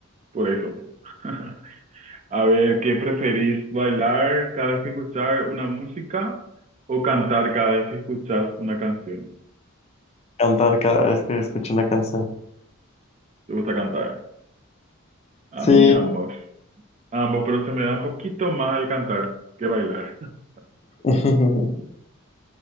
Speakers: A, on the right (about 35°); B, on the left (about 30°).
A: por eso. <laughs> A ver, ¿qué preferís? ¿Bailar cada vez que escuchar una música o cantar cada vez que escuchas una canción?
B: Cantar cada vez que escucho una canción.
A: ¿Te gusta cantar? A
B: Sí.
A: mí ambos. Ambos, pero se me da un poquito más el cantar que bailar. <laughs>
B: <laughs>